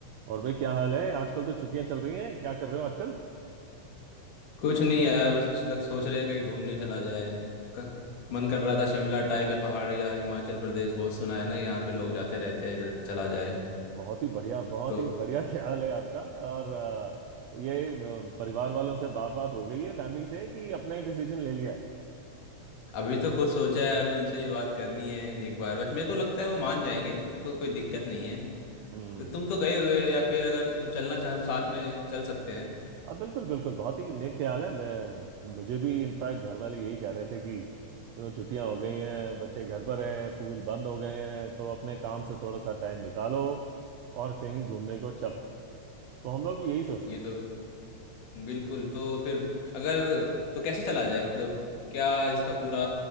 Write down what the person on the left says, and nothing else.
कुछ नहीं यार बस लग, सोच रहे हैं कहीं घूमने चला जाए क- मन कर रहा था शिमला टाइप या पहाड़ या हिमाचल प्रदेश बहुत सुना है ना यहाँ पे लोग जाते रहते हैं इधर चला जाए
तो
अभी तो खुद सोचा है अभी उनसे ही बात करनी है एक बार बस मेरे को लगता है वो मान जाएंगे तो कोई दिक्कत नहीं है
तो तुम तो गए हुए हो या फिर अगर तुम चलना चाहे हम साथ में चल सकते हैं
ये
तो बिल्कुल तो फिर अगर तो कैसे चला जाए मतलब क्या इसका पूरा